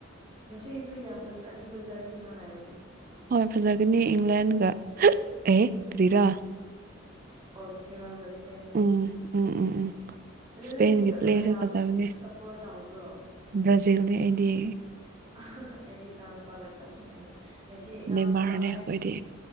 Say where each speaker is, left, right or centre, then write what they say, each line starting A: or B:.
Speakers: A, on the right (about 25°); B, on the right (about 45°).
A: ꯉꯁꯖꯌꯥꯕ ꯐꯖ ꯐꯖꯠꯅꯤ ꯐꯖꯅꯤꯅ ꯍꯥꯏꯕꯅꯤ
B: ꯍꯣꯏ ꯐꯖꯒꯅꯤ ꯏꯪꯂꯦꯟꯒ ꯊ‌ꯦ ꯑꯦ ꯀꯔꯤꯔ
A: ꯑꯣꯁꯇ꯭ꯔꯌꯥꯒꯁ
B: ꯎꯝ ꯎꯝ ꯎꯝ ꯎꯝ
A: ꯑꯗꯨꯅꯗꯤ
B: ꯁ꯭ꯄꯦꯟꯒꯤ ꯄ꯭ꯂꯦꯁꯨ
A: ꯀꯅꯥꯕꯨ
B: ꯐꯖꯕꯅꯦ
A: ꯁꯨꯝ ꯁꯞꯄꯣꯔꯠ ꯇꯕ꯭ꯔꯣ
B: ꯕ꯭ꯔꯥꯖꯤꯜꯅꯤ ꯑꯩꯗꯤ
A: ꯑꯍꯥ-ꯍꯥ ꯑꯩꯒꯤ ꯏꯅ‌ꯎ ꯅꯨꯄꯗꯨꯒ ꯆꯞ ꯃꯅꯩꯌ‌ꯦ ꯉꯁꯤ ꯏꯅꯥꯎꯅꯨꯄꯥ
B: ꯅꯦꯃꯥꯔꯅꯦ
A: ꯑꯩ
B: ꯑꯩꯈꯣꯏꯗꯤ